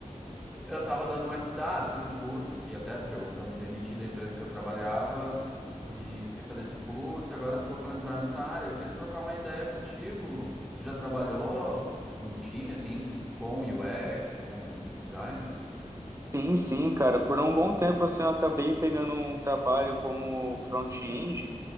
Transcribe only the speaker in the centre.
Eu tava dando uma estudada, fiz um curso aqui até, porque eu, eu me demiti da empresa que eu trabalhava e fui fazer esse curso, agora eu tô pra entrar nessa área. Eu queria trocar uma ideia contigo. Tu já trabalhou co- no time, assim, com UX, com designer?